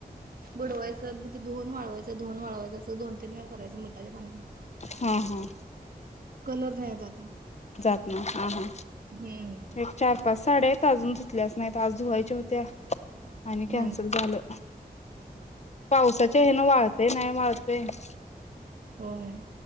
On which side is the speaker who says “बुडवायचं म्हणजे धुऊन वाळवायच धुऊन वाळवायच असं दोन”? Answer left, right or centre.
Right